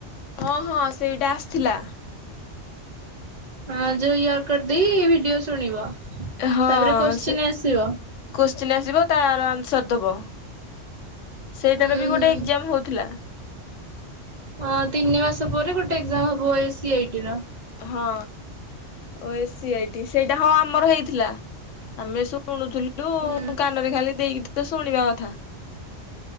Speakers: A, on the left (about 80°); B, on the right (about 50°).
A: ହଁ ହଁ ସେଇଟା ଆସିଥିଲା।
B: ହଁ ଯୋଉ ୟର କଡ୍ ଦେଇ ଭିଡିଓ ଶୁଣିବ।
A: ହଁ
B: ତାପରେ କୋଶ୍ଚିନ୍
A: ସେ
B: ଆସିବ
A: କୋସ୍ଚିନ୍ ଆସିବ ତାର ଆନ୍ସର ଦେବ ସେଇଟାର
B: ହୁଁ
A: ବି
B: ହୁଁ
A: ଗୋଟେ ଏଗଜାମ୍ ହୋଉଥିଲା।
B: ହଁ ତିନି ମାସ ପରେ ଗୋଟେ ଏଗଜାମ୍ ହବ ଏସି ଆଇ ଟି ର।
A: ହଁ ଓ ଏସି ଆଇଟି ସେଇଟା ହଁ ଆମର ହେଇଥିଲା ଆମେ ସବ୍ ଶୁଣୁଥିଲୁ
B: ହୁଁ
A: କାନରେ ଖାଲି ଦେଇକି ତ ଶୁଣିବା କଥା।